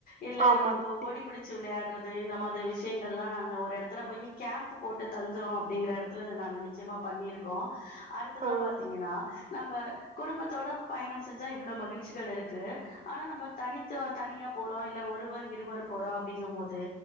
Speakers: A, on the left (about 45°); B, on the right (about 35°).
A: இல்ல
B: ஆமா
A: நம்ம
B: தோழி
A: ஓடி புடிச்சு விளையாட் ண்றது இந்த மாதிரி விஷயங்கள்ல்லா நாங்க ஒரு எடத்துல போயி கேம்ப்பு போட்டு தங்குறோ அப்டிங்குற எடத்துல இத நாங்க நிச்சயமா பண்ணிருக்கோ அடுத்ததா
B: ஆ
A: பாத்தீங்கன்னா நம்ப குடும்பத் தோட பயணம் செஞ்சா இவ்ளோ மகிழ்ச்சிகள் இருக்கு ஆனா நம்ப தனித்துவ தனியா போறோ இல்ல ஒருவர் இருவர் போறோ அப்டிங்கும் போது